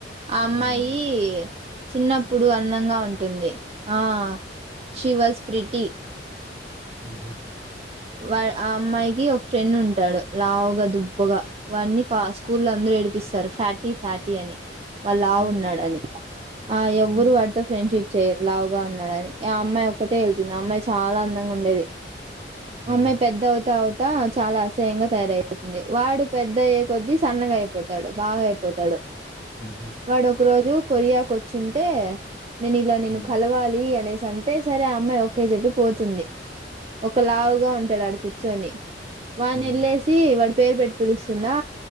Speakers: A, on the right; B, on the right.
A: ఆ అమ్మాయి
B: ఉమ్
A: చిన్నప్పుడు అందంగా ఉంటుంది ఆ శివ స్పీటి
B: ఆహ
A: వా ఆ అమ్మాయికి ఒక ఫ్రెండ్ ఉంటాడు లావుగా దుబ్బగా వాని స్కూల్ అందరు ఏడిపిస్తారు ఫ్యాటీ ఫ్యాటీ అని వాళ్ళులా
B: హ్మ్.
A: ఉన్నాడని ఆ ఎవ్వరు
B: హ్మ్.
A: వాటితో ఫ్రెండ్షిప్ చర్లావుగా ఉన్నాడని ఆ అమ్మాయి ఒక్కటే వెళ్తుంది అమ్మాయి చాలా అందంగా ఉండేది అ
B: హుహు.
A: మమె పెద్దవుత అంత చాలా అసహ్యంగా తయారవుతుంది వాడు పెద్ద అయ్యే కొద్దీ సన్నగా అయిపోతాడు బాగా అయిపోతాడు
B: హుహు.
A: వాడు ఒక రోజు కొరియాకు వచ్చుంటే నేను ఇలా నేను
B: హ్మ్.
A: కలవాలి అనే అంటే సరే ఆ అమ్మాయి ఒకే చెప్పి పోతుంది ఒక లావుగా ఉంటాడు ఆడు కూర్చొని వాడిని
B: హ్మ్.
A: వెళ్ళేసి వాడి పేరు పెట్టి పిలుస్తుందా